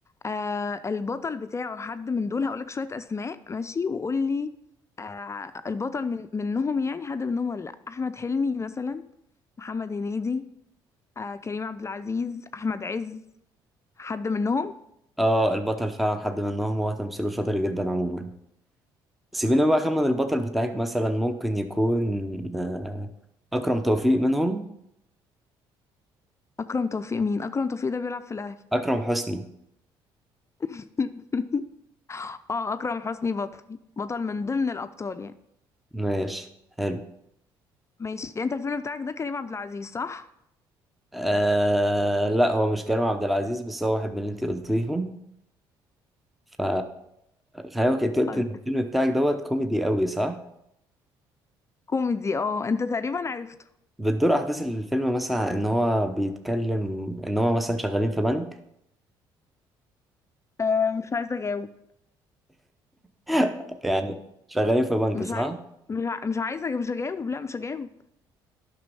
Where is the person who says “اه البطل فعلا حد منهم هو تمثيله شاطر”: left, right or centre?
Centre